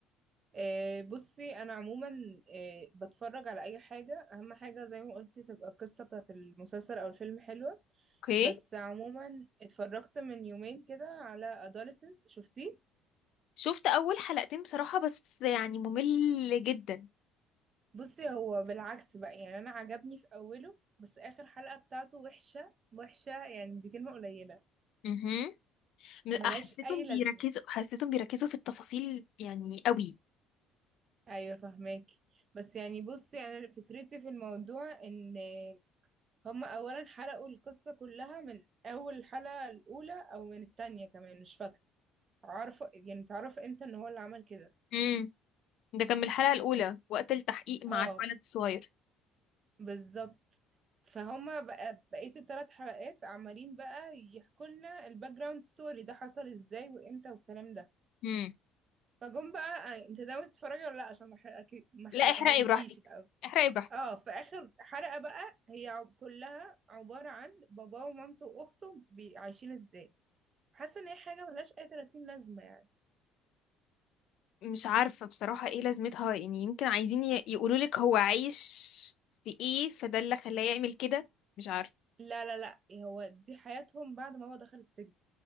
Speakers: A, on the right; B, on the left.
A: آه، بصي انا عموما آه، بتفرج على اي حاجه اهم حاجه زي ما قلتي تبقى القصه بتاعه المسلسل او الفيلم حلوه
B: اوكي
A: بس عموما اتفرجت من يومين كده على adolescence شفتيه
B: شفت اول حلقتين بصراحه بس يعني ممل جدا
A: بصي هو بالعكس بقى يعني انا عجبني في اوله بس اخر حلقة بتاعته وحشة وحشة يعني دي كلمة قليلة
B: امم م-
A: ملهاش
B: حسيتهم
A: اي لازمة
B: بيركزوا حسيتهم بيركزوا في التفاصيل يعني قوي
A: ايوه فهماكي بس يعني بصي انا فكرتي في الموضوع ان هم اولا حرقوا القصه كلها من اول الحلقه الاولى او من التانية كمان مش فاكره عارفه يعني تعرف امتى ان هو اللي عمل كده
B: امم ده كان من الحلقه الاولى وقت التحقيق مع
A: اه
B: الولد الصغير
A: بالظبط فهم بقى بقيه الثلاث حلقات عمالين بقى يحكوا لنا الباك جراوند ستوري ده حصل ازاي وامتى والكلام ده
B: امم
A: فجم بقى آه، انت ناوي تتفرجي ولا لا عشان ما احرقك ما احرقهولكيش
B: لا احرقي براحتك احرقي براحتك
A: اه في اخر حلقة بقى هي عب- كلها عبارة عن باباه ومامته واخته بي- عايشين ازاي حاسة ان هي حاجة ملهاش اي 30 لازمة يعني
B: مش عارفه بصراحه ايه لازمتها يعني يمكن عايزين يقولوا لك هو عايش في ايه فده اللي خلاه يعمل كده مش عارفه
A: لا لا لا هو دي حياتهم بعد ما هو دخل السجن